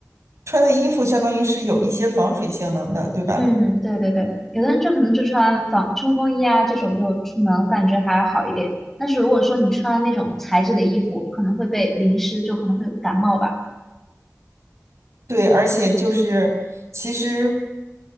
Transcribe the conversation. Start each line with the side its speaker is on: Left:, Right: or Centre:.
Right: 穿的衣服相当于是有一些防水性能的，对吧？
Centre: 嗯，对对对，有的人就可能就穿防冲锋衣啊这种就出门，我感觉还好一点。但是如果说你穿那种材质的衣服，可能会被淋湿，就可能会感冒吧。
Right: 对，而且就是其实